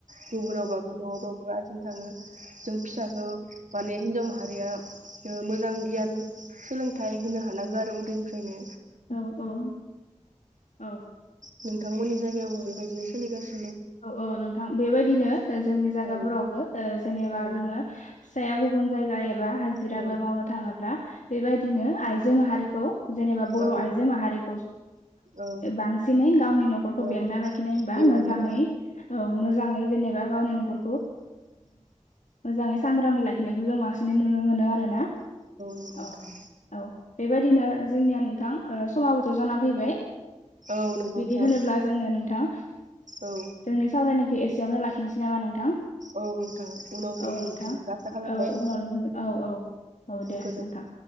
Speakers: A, on the right; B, on the left.
A: गुबुनावबाबो न'आवबाबो आरजिनो थाङो। जों फिसाखो माने हिनजाव माह हारिया ओ मोजां गियान सोलोंथाइ होनो हानांगौ आरो उदैनिफ्रायनो।
B: औ औ औ
A: नोंथांमोननि जायगायावबो बेबायदिनो सोलिगास
B: औ औ नोंथां बेबायदिनो जोंनि जागाफोरावबो
A: औ
B: जेनेबा
A: औ
B: जोङो फिसाया गुब <unintelligible> हाजिराफोर
A: औ
B: मावनो थाङोब्ला बेबायदिनो आइजो माहारिखौ जेनेबा बर'
A: औ
B: आइजो माहारि।
A: औ
B: बांसिनै गावनि न'खरखौ
A: औ
B: बेंना लाखिनाय होनबा
A: जेंनायखाय
B: मोजाङै औ मोजाङै जेनेबा गावनि न'खर मोजाङै सांग्राङै लाखिनायखौ जों बांसिनै नुनो मोनो आरो ना?
A: नंगौ नोंथां
B: औ औ बेबायदिनो। जोंनिया नोंथां समाबोथ' जाना फैबाय।
A: औ नंगौ
B: बिदि
A: नोंथां
B: होनोब्ला जोङो नोंथां
A: औ
B: जोंनि सावरायनायखौ एसेयावनो लाखिनोसै नामा नोंथां?
A: औ नोंथां उनाव लोगो
B: औ नोथां
A: मोनफिनगोनखौ आसा खालामबाय
B: औ उनाव लोगो औ औ दे
A: गोजोन्थों।
B: नोंथां।